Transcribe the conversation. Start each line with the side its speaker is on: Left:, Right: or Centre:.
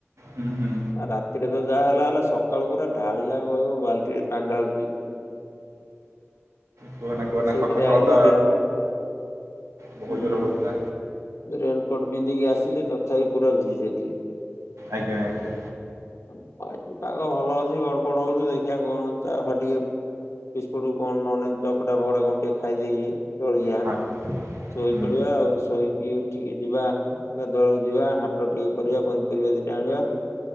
Right: ହୁଁ ହୁଁ।
Left: ଆଉ ରାତିରେ ତ ଯାହା ହେଲା ହେଲା ସକାଳୁ ପୁରା ଢାଳିଲା କହିବ ବାଲ୍ଟିରେ ପାଣି ଢାଳୁଛି।
Right: କୁହନା
Left: ଆଉ
Right: କୁହନା
Left: ମୁଁ ସେଇଥିରେ
Right: ସକାଳୁ ସକାଳୁ
Left: ଆଇଲିି
Right: ତ
Left: ରେନକ ହୁଁ।
Right: ବହୁତ ଜୋର ହଉଥିଲା।
Left: ରେନକୋଟ ପିନ୍ଧିକି ଆସିଲେ ତଥାପି ପୁରା ଭିଜି ଯାଇଥିଲି।
Right: ଆଜ୍ଞା ଆଜ୍ଞା।
Left: ଆ ଆଜି ପାାଗ ଭଲ ଅଛି ଗଡପଡ ହଉଚୁ ଦେଖିବା କଣ ଚା ଫ ଟିକେ ବିସ୍କୁଟ କଣ ନେ ଚକଡା ଫକଡା କଣ ଟିକେ ଖାଇଦେଇକି ଜଳିଖିଆ
Right: ହଁ
Left: ଶୋଇ
Right: ହୁଁ
Left: ପଡିବା ଆଉ ଶୋଇକି ଉଠିକି ଯିବା ଗଧୁଳକୁ ଯିବା ହାଟ ଟିକେ କରିବା ପନିପରିବା ଦିଟେ ଆଣିବା।